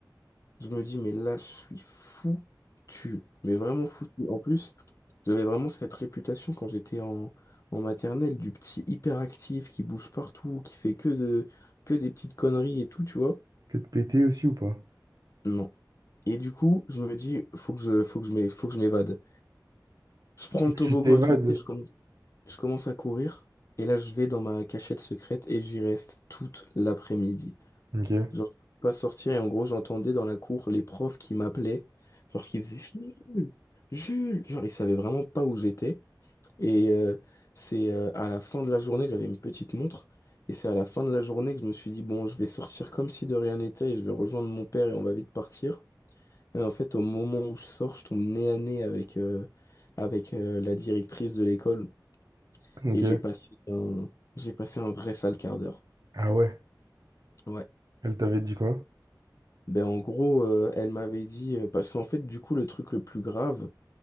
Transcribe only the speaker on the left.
Je me dis, mais là, je suis foutu. Mais vraiment foutu. En plus, j'avais vraiment cette réputation quand j'étais en, en maternelle du petit hyperactif qui bouge partout, qui fait que de, que des petites conneries et tout, tu vois.
Non. Et du coup, je me dis, faut que je, faut que je m'é- faut que je m'évade. Je prends
le
toboggan
à toute vitesse, je commence, je commence à courir. Et là, je vais dans ma cachette secrète et j'y reste toute l'après-midi.
Genre, je pouvais pas sortir et en gros, j'entendais dans la cour les profs qui m'appelaient, genre qui faisaient Jules, Jules, genre ils savaient vraiment pas où j'étais. Et euh, c'est euh, à la fin de la journée, j'avais une petite montre, et c'est à la fin de la journée que je me suis dit, bon, je vais sortir comme si de rien n'était et je vais rejoindre mon père et on va vite partir. Et en fait, au moment où je sors, je tombe nez à nez avec, euh, avec euh, la directrice de l'école
et j'ai passé un, j'ai passé un vrai sale quart d'heure.
Ouais.
Ben en gros, euh, elle m'avait dit euh, parce qu'en fait, du coup, le truc le plus grave,